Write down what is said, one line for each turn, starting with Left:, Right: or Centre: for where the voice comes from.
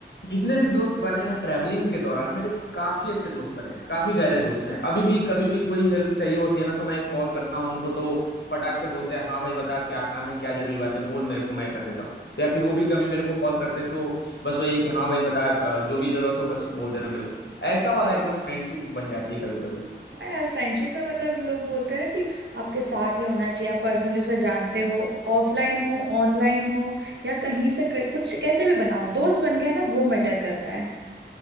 Left: जितने भी दोस्त बने हैं ट्रैवलिंग के दौरान मेरे काफी अच्छे दोस्त बने हैं काफी गहरे दोस्त हैं अभी भी कभी भी कोई हेल्प चाहिए होती है ना तो मैं एक कॉल करता हूँ उनको तो फटाक से बोलते हैं हाँ भाई बता क्या काम है क्या जरूरी बात है बोल मेरे को मैं कर देता हूँ या फिर वो भी कभी मेरे को कॉल करते हैं, तो बस वही है कि हाँ भाई बता अ, जो भी जरूरत हो बस बोल देना मेरे को ऐसा वाला एकदम फ्रेंडशिप बन जाती है कभी कभी
Right: हाँ यार फ्रेंडशिप में मतलब लोग बोलते हैं कि आपके साथ ही होना चाहिए आप पर्सनली उसे जानते हो ऑफलाइन हो ऑनलाइन हो या कहीं से क- कुछ कैसे भी बनाओ दोस्त बन गया ना वो मैटर करता है